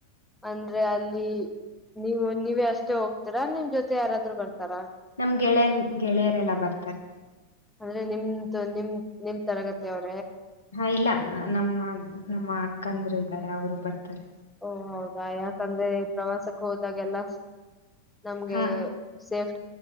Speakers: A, in the centre; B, on the left (about 70°).
A: ಅಂದ್ರೆ ಅಲ್ಲಿ ನೀವು ನೀವ ಅಷ್ಟೇ ಹೋಗ್ತೀರಾ ನಿಮ್ ಜೊತೆ ಯಾರಾದ್ರರು ಬರ್ತಾರಾ.
B: ನಮ್ ಗೆಳೆಯನ್ ಗೆಳೆಯರೆಲ್ಲ ಬರ್ತಾರೆ.
A: ಅಂದ್ರೆ ನಿಮ್ದು ನಿಮ ನಿಮ್ ತರಗತಿ ಅವರು.
B: ಹಾ ಇಲ್ಲ ನಮ್ಮ ನಮ್ಮ ಅಕ್ಕಂದರು ಇದ್ದಾರೆ ಅವರು ಬರ್ತಾರೆ.
A: ಓ ಹೌದಾ ಯಾಕಂದ್ರೆ ಪ್ರವಾಸಕ್ಕೆ ಹೋದಾಗೆಲ್ಲ ನಮ್ಗೆ
B: ಹಾ
A: ಸೇಫ್.